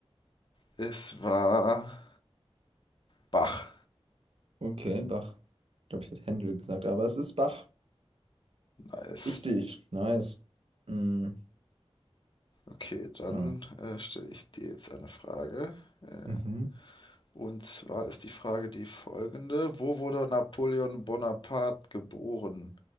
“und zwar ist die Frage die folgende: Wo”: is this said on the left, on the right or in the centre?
Left